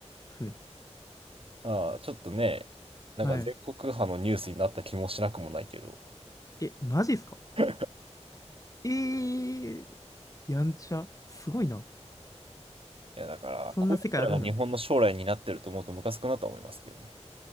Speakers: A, on the left (about 30°); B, on the right (about 50°).
A: すね
B: ああ、ちょっとね、なんか全国派のニュースになった気もしなくもないけど。
A: はい。え、マジですか
B: <laughs> い
A: えー、やんちゃ。すごいな。
B: や、だから、
A: そんな世界あるんだ。
B: こういう人らが日本の将来になってると思うとムカつくなとは思いますけどね。